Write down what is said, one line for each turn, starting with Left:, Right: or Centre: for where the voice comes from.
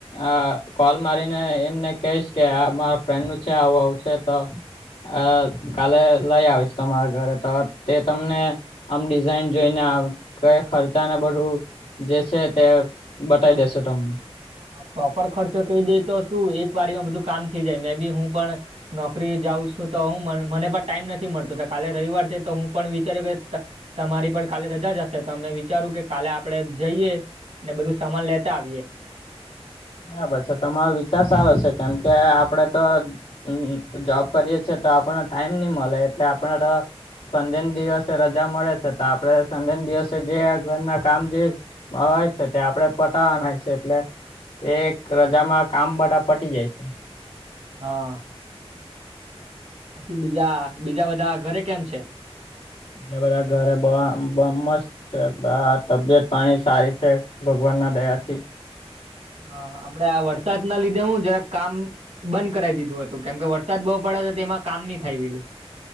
Left: આ કોલ મારીને એમને કહીશ કે આ મારા ફ્રેન્ડ નું છે આવું આવશે તો અ કાલે લઈ આવીશ તમારા ઘરે તો તે તમને આમ ડિઝાઇન જોઈને કે ખર્ચાને બધું. જે છે તે બતાવી દેશે તમને.
Right: હા પ્રોપર ખર્ચો કઈ દે તો શું એકવાર એમાં બધું કામ થઈ જાય મે બી હું પણ નોકરી જાઉં છું તો હું મને મને પણ ટાઈમ નથી મળતો કાલે રવિવાર છે તો હું પણ વિચાર્યો કે તમ તમારી પણ કાલે રજા જ હશે તો મેં વિચારું કે કાલે આપણે જઈએ. ને બધું સમાન લેતા આવીયે.
Left: બરાબર સે તમારો વિચાર સારો છે કેમ કે આપડે તો હમ હમ જોબ કરીએ છીએ તો આપણને ટાઈમ ની મલે એટલે આપણે તો સન્ડેના દિવસે રજા મળે છે તો આપડે સન્ડેના દિવસે જે ઘરના કામ જે હ છે તે આપડે પટાવાના છે એટલે એક રજામાં કામ બધા પટી જાય છે.
Right: હા. પછી બીજા બીજા બધા ઘરે કેમ છે.
Left: બધા ઘર બ મસ્ત બા તબિયત પાણી સારી છે ભગવાન ના દયા થી.
Right: હા હમડ આ વરસાદ ના લીધે હું જરાક કામ બંધ કરાવ દીધું હતું કેમ કે વરસાદ બહુ પડ્યો હતો તે એમાં કામ નહીં થાય વેલું.